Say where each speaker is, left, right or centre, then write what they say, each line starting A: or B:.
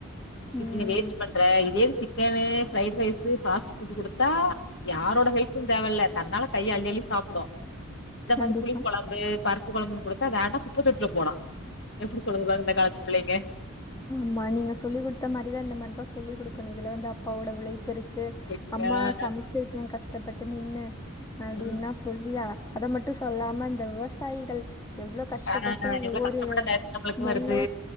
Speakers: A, on the left; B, on the left.
A: இப்டி
B: ம்.
A: நீ வேஸ்ட் பண்ற இதே chicken fried rice fast food குடுத்தா யாரோட ஹெல்ப்பு தேவயில்ல தன்னால கை அள்ளி அள்ளி சாப்டு இந்த
B: கண்டிப்பா.
A: மாரி புளி கொழம்பு பருப்பு கொழம்புன் குடுத்தா வேண்டா குப்பத் தொட்டில போட்லா எப்டி சொல்லுதுங்க பாருங் இந்த காலத் பிள்ளைங்க
B: ம்மா நீங்க சொல்லி குடுத்த மாரிதா இந்த மாரிதா சொல்லி குடுக்கணு இதுல வந்து அப் ப்பாவோட ஒழைப் இருக்கு
A: ம்
B: அம்மா
A: ஆ
B: சமச்சிருக்கே கஷ்டப்பட்டு நின்னு அப்டின்ல்லா
A: ம்
B: சொல்லி அத மட்டு சொல்லாம இந்த விவசாயிகள் எவ்ளோ கஷ்டப்பட்டு
A: ஆ எவ்ளோ
B: ஒவ்வொரு
A: கஷ்டப்பட்ட டயத்து நம்மளுக்கு
B: நெல்லு
A: வருது